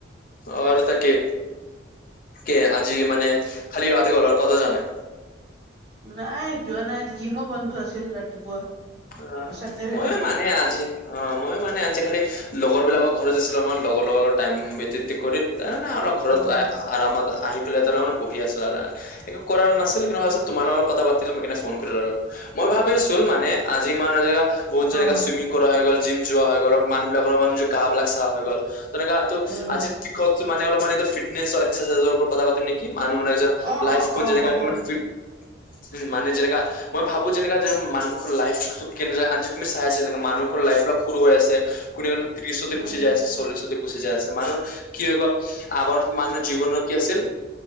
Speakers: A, on the left; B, on the right.
A: অ তাকে কি আজি মানে খালি তাতে গল আৰু কতো যোৱা নাই।
B: নাই যোৱা নাই আজ জিমো বন্ধ আছিল ৰাতিপুৱা।
A: অ
B: চানডে হয়
A: ময়ো
B: না।
A: মানে আজি অ ময়ো মানে আজি খালি লগৰ। লগৰ বিলাকৰ ঘৰত আছিলো অকনমান লগৰ লগ টাইম ভ কৰি অলপ ঘৰত
B: উম,
A: আৰামত আহ। ত মানে বহি আছো আৰু এক কৰা নাছিল
B: উম,
A: কি ভাবো তোমালোকৰ। কথা পাতিলো ম সেইকাৰণে ফোন কৰিলো আৰু মই ভাবি আছো মানে আজি মান এজেগা, বহুত যেনেকা
B: অ',
A: চুইমিং কৰা হৈ গ'ল জিম যোৱা হৈ গল মানুহবিলাকৰ মানে নিজৰ গা বিলাক চাফ হৈ গ'ল। তেনেকা এইটো
B: উম,
A: আজি শিক্ষক মানে অলপমানানটো ফিটনেছ এক্ৰচাইজৰৰত কথা পাম নেকি। মানুহ ন এজন
B: অ',
A: লাইফখন
B: অ', অ',
A: যেনেকা
B: হ'ব
A: কিমান ফ। উ মানে যেনেকা মই ভাবো যেনেকা যে মানুহ। লাইফ কেনে আজি তুমি চাই আছা তেনেক মানুহৰ লাইফবাক সৰু হৈ আছে কোনে। ত্ৰিশতে
B: উম,
A: গুচি যাই আছে চল্লিশতে গুচি যাই আছে মানুহৰ কি হৈ গ'ল আগৰ মানুহৰ জীৱনৰ। কি আছিল